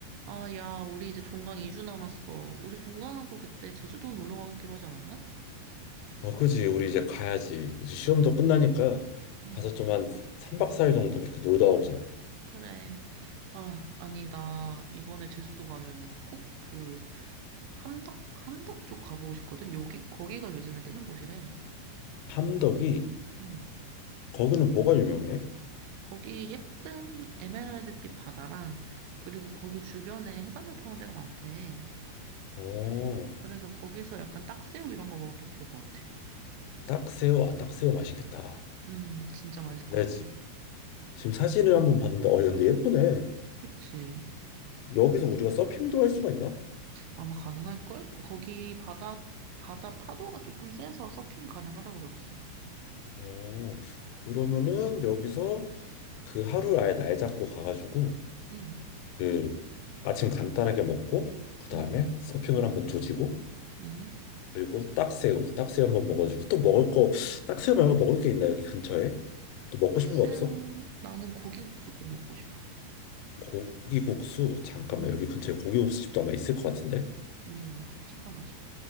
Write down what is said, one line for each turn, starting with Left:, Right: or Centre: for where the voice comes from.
Right: 아, 야, 우리 이제 종강 2주 남았어. 우리 종강하고 그때 제주도 놀러 가기로 하지 않았나?
Left: 어, 그지. 우리 이제 가야지. 이제 시험도
Right: 응,
Left: 끝나니까
Right: 응,
Left: 가서 좀 한 3박 4일 정도 그렇게 놀다 오자.
Right: 그래. 아, 아니, 나 이번에 제주도 가면은 꼭 그, 함덕, 함덕 쪽 가보고 싶거든? 여기, 거기가 요즘에 뜨는 곳이래.
Left: 함덕이
Right: 응.
Left: 거기는 뭐가 유명해?
Right: 거기 예쁜 에메랄드빛 바다랑, 그리고 거기 주변에 해산물 파는 데가 많대.
Left: 어,
Right: 그래서 거기서 약간 딱새우 이런 거 먹으면 딱 좋을 것 같아.
Left: 딱새우. 아, 딱새우 맛있겠다.
Right: 음, 진짜 맛있을
Left: 네,
Right: 것
Left: 지-
Right: 같아.
Left: 지금 사진을 한번 봤는데 어, 근데 예쁘네.
Right: 그치?
Left: 여기서 우리가 서핑도 할 수가 있나?
Right: 아마 가능할걸? 거기 바다, 바다 파도가 조금 세서 서핑 가능하다고 들었어.
Left: 어, 그러면은 여기서 그 하루를 아예 날 잡고 가가지고
Right: 응,
Left: 그 아침 간단하게 먹고 그다음에
Right: 응,
Left: 서핑을 한번 조지고
Right: 응.
Left: 그리고 딱새우, 딱새우 한번 먹어주고 또 먹을 거, 딱새우 말고 먹을 게 있나 여기 근처에? 또 먹고
Right: 딱새우,
Left: 싶은 거 없어?
Right: 나는 고기국수 꼭 먹고 싶어.
Left: 고기국수 잠깐만
Right: 응,
Left: 여기 근처에 고기국수집도 아마 있을 것 같은데?
Right: 응, 그럼 찾아보자.